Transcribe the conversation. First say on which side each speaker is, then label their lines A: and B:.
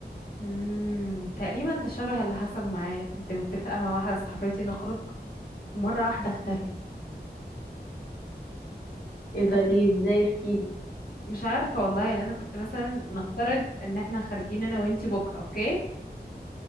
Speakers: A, on the left; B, on the left.
A: امم تقريبا ده شبه اللي حصل معايا كنت متفقه مع واحده صاحبتي نخرج ومره واحده اختفت
B: ايه
A: اختفت
B: ده ليه ازاي احكيلي
A: مش عارفه والله يعني انا كنت مثلا نفترض ان احنا خارجين انا وانتي بكره اوكي